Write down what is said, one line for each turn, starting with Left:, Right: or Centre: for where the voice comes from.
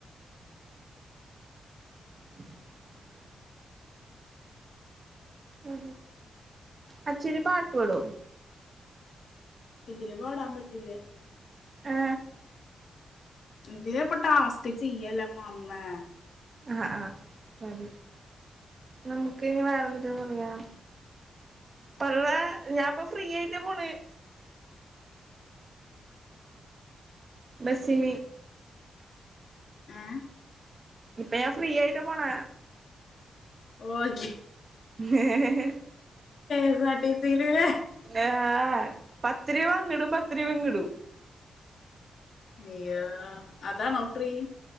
Right: <inaudible> ഉ അച്ചു ഒരു പാട്ട് പടോ?
Left: ഇതില് പാടാൻ പറ്റില്ല.
Right: ഹേ
Left: <unintelligible>
Right: ആഹ് ആഹ് നമുക്ക് ഇനി വേറെന്തിട്ടന്ന് പറയാം. പല്ല ഞാൻ ഇപ്പ ഫ്രീ ആയിട്ട് പോണ്. ബസിൻ
Left: ആഹ്
Right: ഇപ്പൊ ഞാൻ ഫ്രീ ആയിട്ട് പോണെ.
Left: ഓക്ക.
Right: ഉ ഏഹ്
Left: എസ് ആർ ടി സി യില്
Right: ആഹ് പത്തുരുവ അങ്ങിടും പത്തുരുവ ഇങ്ങടും.
Left: അയ്യ അതാ നോട്ടറി.